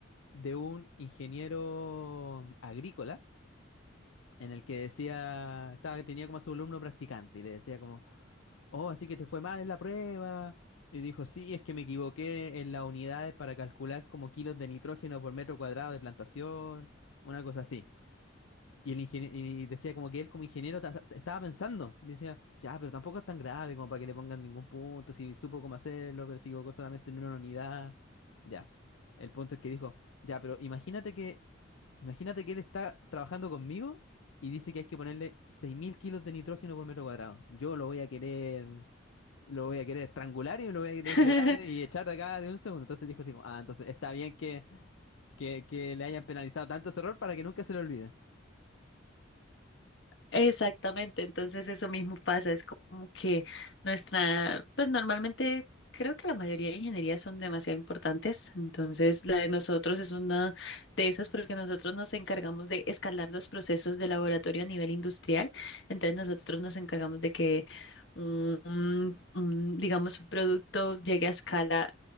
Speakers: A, on the left; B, on the left.
A: de un ingeniero agrícola en el que decía, estaba, tenía como a su alumno practicante y le decía como, Oh, así que te fue mal en la prueba. Y dijo, sí, es que me equivoqué en las unidades para calcular como kilos de nitrógeno por metro cuadrado de plantación, una cosa así. Y, el ingenie- y decía como que él como ingeniero ta- ta- estaba pensando, decía, ya, pero tampoco es tan grave como para que le pongan ningún punto, si supo cómo hacerlo, pero se equivocó solamente en una unidad. Ya, el punto es que dijo, ya, pero imagínate que, imagínate que él está trabajando conmigo y dice que hay que ponerle 6.000 kilos de nitrógeno por metro cuadrado. Yo lo voy a querer lo voy a querer estrangular y me lo voy a querer
B: <laughs>
A: llevar y echar de acá de un segundo. Entonces dijo así como, ah, entonces está bien que, que, que le hayan penalizado tanto ese error para que nunca se le olvide.
B: Exactamente, entonces eso mismo pasa, es como que nuestra, pues normalmente creo que la mayoría de ingenierías son demasiado importantes, entonces la de nosotros es una de esas porque nosotros nos encargamos de escalar los procesos de laboratorio a nivel industrial, entonces nosotros nos encargamos de que un, un, digamos, un producto llegue a escala